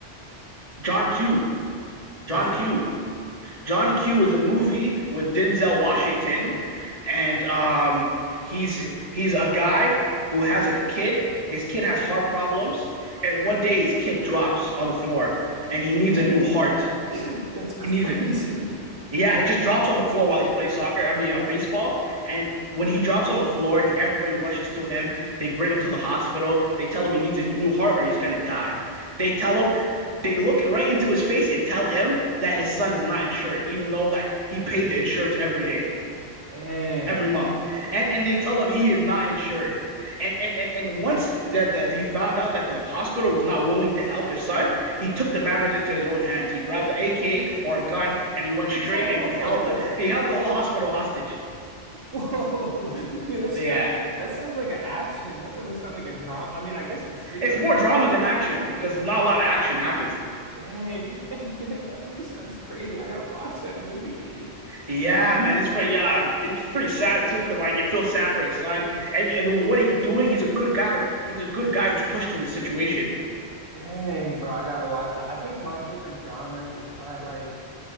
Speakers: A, on the right; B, on the right.
A: John Q.
B: What's
A: John
B: that?
A: Q. John Q is a movie with Denzel Washington, and um, he's he's a guy who has a kid. His kid has heart problems, and one day his kid drops on the floor, and he needs
B: <laughs>
A: a new heart.
B: That's crazy.
A: He needs it. Yeah, it just drops on the floor while he's playing soccer. I mean, uh, baseball. And when he drops on the floor, everybody rushes to him. They bring him to the hospital. They tell him he needs a new heart or he's gonna die. They tell him, they look right into his face and tell him that his son is not insured, even though that he paid the insurance every day
B: Dang.
A: every month, and and they tell him he is not insured. And and and, and once that the he found out that the hospital was not willing to help his son, he took the matters into his own hands. He grabbed an AK or a gun and he went
B: <laughs>
A: straight and
B: Whoa.
A: he held the he held the whole hospital hostage.
B: Whoa. Dude, that sounds
A: Yeah,
B: that sounds like an action. That doesn't sound like a drama. I mean, I guess it's pseudo
A: it's more
B: drama.
A: drama than action because not a lot of action happens.
B: Dang. you- <laughs> Dang, that movie sounds crazy. I gotta watch that movie, dude.
A: Yeah, man, it's pretty yeah, it's pretty sad too because like you feel sad for his son and, and what he's doing. He's a good guy. He's a good guy who's pushed to the situation.
B: Dang, bro, I gotta watch that. I think my favorite drama is probably like